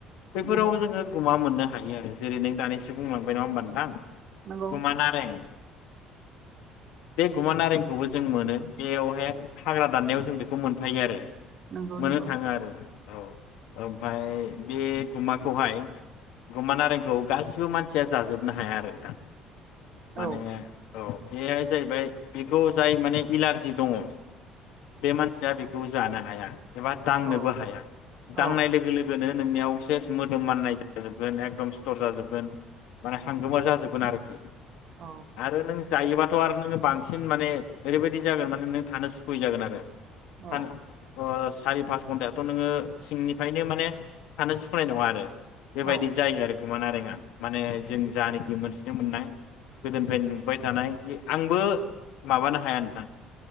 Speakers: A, on the left (about 70°); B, on the right (about 40°).
A: बेफोरावबो
B: नंगौ
A: जोङो गुमा मोननो थायो आरो जेरै नों दानैसो बुंलां नङा होमबा नोंथां
B: नंगौ
A: गुमा नारें बे गुमा नारेंखौबो जों मोनो बेयावहाय हाग्रा दाननायाव जों बेखौ मोनफायो आरो
B: नंगौ
A: मोननो
B: नंगौ
A: थाङो आरो औ औ ओमफ्राय बे गुमाखौहाय गुमा नारेंखौ गासिबो मानसिया जाजोबनो हाया आरो नोंथां माने
B: औ
A: औ बेहाय जाहैबाय बेखौ जाय माने इलारजि दङ बे मानसिया बेखौ जानो हाया। एबा दांनोबो
B: औ
A: हाया
B: औ
A: दांनाय लोगो गोनो नोंनियाव सेस मोदोम माननाय जाजोबगोन एकदम सिथर जाजोबगोन माने हांगोमोर जाजोबगोन आरोखि।
B: औ
A: आरो नों जायोबा थ' आरो नोङो बांसिन माने ओरैबायदि जागोन माने नों थानो सुखुयै जागोन आरो।
B: औ
A: हान अ सारि पास घन्टायाथ' नोङो सिंनि ओंखायनो माने थानो सुखुनाय नङा आरो। बेबायदि
B: औ
A: जायो आरो गुमा नारेंआ। माने जों जानाखि मोनथिनो मोननाय गोदोनिफ्रायनो नुबाय थानाय आंबो माबानो हाया नोंथां